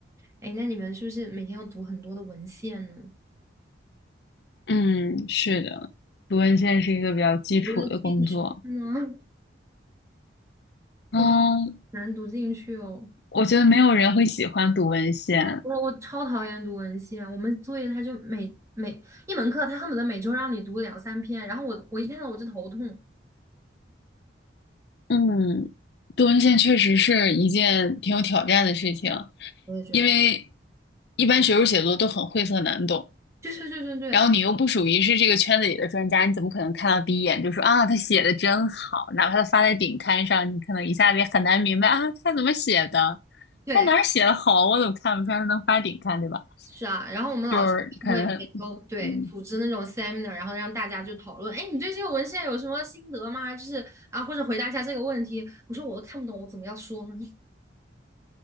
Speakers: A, on the right; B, on the left.
A: 哎，那你们是不是每天要读很多的文献呢？
B: 嗯，是的，读文献是一个比较基础的工作。
A: 读得进去吗？
B: 嗯，
A: 我觉得很难读进去哦。
B: 我觉得没有人会喜欢读文献。
A: 对，我我超讨厌读文献，我们作业他就每每一门课，他恨不得每周让你读两三篇，然后我我一看到我就头痛，
B: 嗯，读文献确实是一件挺有挑战的事情，
A: 我也觉得，
B: 因为一般学术写作都很晦涩难懂。
A: 对对对对对
B: 然后你又不属于是这个圈子里的专家，你怎么可能看到第一眼就说啊，他写的真好？哪怕他发在顶刊上，你可能一下子也很难明白啊，他怎么写的？
A: 对，
B: 他哪儿写的好？我怎么看不出来他能发顶刊，对吧？
A: 是啊。然后我们老师会每周对组织那种
B: 就是可能，嗯，
A: seminar，然后让大家就讨论，哎，你对这个文献有什么心得吗？就是啊，或者回答一下这个问题。我说我都看不懂，我怎么要说呢？